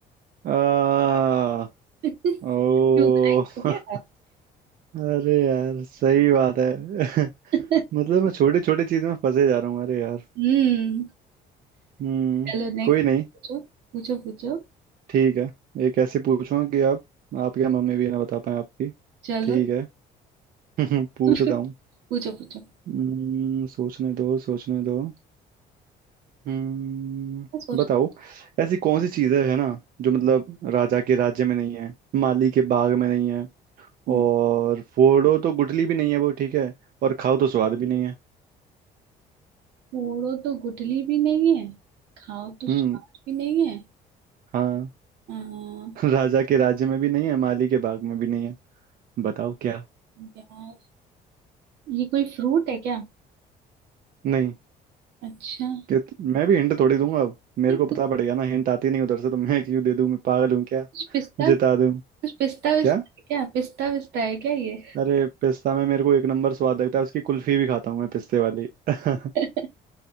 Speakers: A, on the right (about 60°); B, on the right (about 80°).
A: आ,
B: <laughs>
A: ओ
B: क्यों बनाई
A: <laughs>
B: हो क्या आप?
A: अरे यार सही बात है <laughs>
B: <laughs>
A: मतलब मैं छोटे छोटे चीज में फंसे जा रहा हूँ अरे यार
B: हम्म
A: हम्म
B: चलो नेक्स्ट
A: कोई नहीं
B: पूछो पूछो पूछो
A: ठीक है एक ऐसे पूछो कि आप आप या मम्मी भी ना बता पाए आपकी
B: चलो
A: ठीक है <laughs> पूछता
B: <laughs>
A: हूँ
B: पूछो पूछो
A: हम्म, सोचने दो सोचने दो हम्म
B: मैं सोच
A: बताओ ऐसी कौन सी चीजें है ना जो मतलब राजा के राज्य में नहीं है माली के बाग में नहीं है
B: हम्म,
A: और फोड़ो तो गुठली भी नहीं है वो ठीक है और खाओ तो स्वाद भी नहीं है
B: फोड़ो तो गुठली भी नहीं है खाओ तो स्वाद
A: हम्म
B: भी नहीं है
A: हाँ
B: अम,
A: <laughs> राजा के राज्य में भी नहीं है माली के बाग में भी नहीं है बताओ क्या
B: यार ये कोई फ्रूट है क्या
A: नहीं
B: अच्छा
A: कित- मैं भी हिंट थोड़ी दूंगा अब मेरे
B: <laughs>
A: को पता
B: कुछ
A: पड़ेगा ना हिंट आती नहीं उधर से तो मैं <laughs> क्यों दे दूं मैं पागल हूँ क्या
B: पिस्ता
A: जिता दूं
B: कुछ पिस्ता विस्ता
A: क्या
B: है क्या पिस्ता विस्ता है क्या ये
A: अरे पिस्ता में मेरे को एक नंबर स्वाद लगता है उसकी कुल्फी भी खाता हूँ मैं पिस्ते वाली <laughs>
B: <laughs>